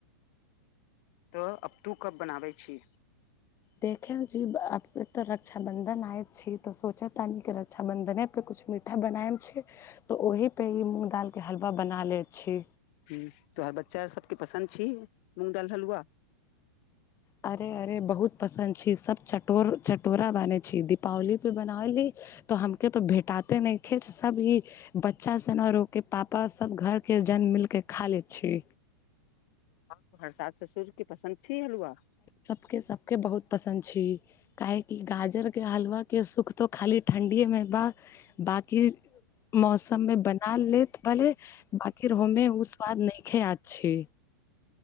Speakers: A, on the left; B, on the left.
A: तऽ अप टू कप बनाबै छी
B: देखे जीब त रक्षाबंधन आय छी तऽ सोचे त नीक रक्षा बन्धने परर कछु मीठा बनाएम छै तऽ ओहिपे ह मूँग दालके हलवा बना लै छी
A: ह तोहर बच्चा सबके पसन्द छी मूंग दालि हलुआ
B: अरे अरे बहुत पसन्द छी सभ चटोर चटोरा बानहै छी दीपावलीपे बनाबलै तो हम के तो भेटााते नहि खेच सब ही बच्चा सन आरोक के पापा सब घर के जन्म मिलके खा ले छी
A: आओ तोहर सास ससुरके पसन्द छी हलुआ
B: सबके सबके बहुत पसन्द छी काहेकि गाजर के हलवा के सुख तऽ खाली ठण्डीएमे बा बाकी मौसममे बना लेत भले आखिर हमे ओ स्वाद नहि खेा छी